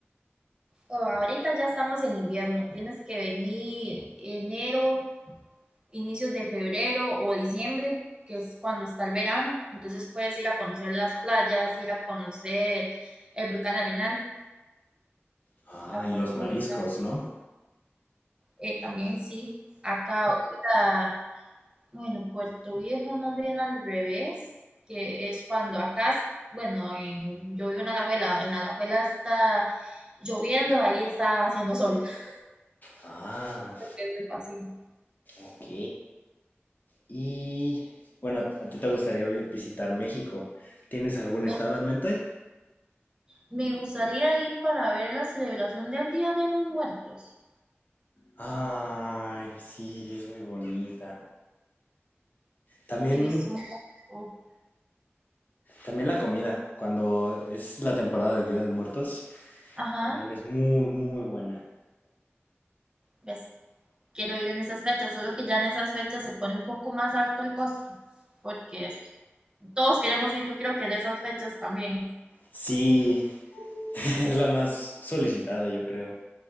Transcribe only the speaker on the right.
oh, ahorita ya estamos en invierno. Tienes que venir enero, inicios de febrero o diciembre, que es cuando está el verano. Entonces puedes ir a conocer las playas, ir a conocer el volcán Arenal,
la
fortuna.
Eh, también sí, acá ahorita Bueno, Puerto Viejo es más bien al revés, que es cuando acá, bueno, en, yo vivo en Alajuela, en Alajuela está lloviendo, ahí está haciendo sol, <laughs>
porque es del Pacífico.
Me,
me gustaría ir para ver la celebración del Día de los Muertos.
He visto un poco,
ajá,
ves, quiero ir en esas fechas, solo que ya en esas fechas se pone un poco más alto el costo, porque es- todos queremos ir, yo creo que en esas fechas también,